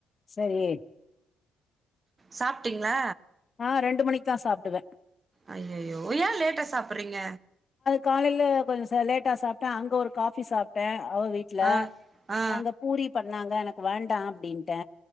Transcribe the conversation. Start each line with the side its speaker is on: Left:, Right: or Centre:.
Left: சேரி
Right: சாப்பிட்டீங்களா
Left: அ ரெண்டு மணிக்குதா சாப்டுவே
Right: அய்யய்யோ ஏன் லேட்டா சாப்புறீங்க
Left: காலையில கொஞ்ச ச லேட்டா சாப்டே அங்க ஒரு காஃபி சாப்டே அவ வீட்ல
Right: ஆ ஆ
Left: அங்க பூரி பண் நாந்தா எனக்கு வேண்டா அப்டின்ட்டே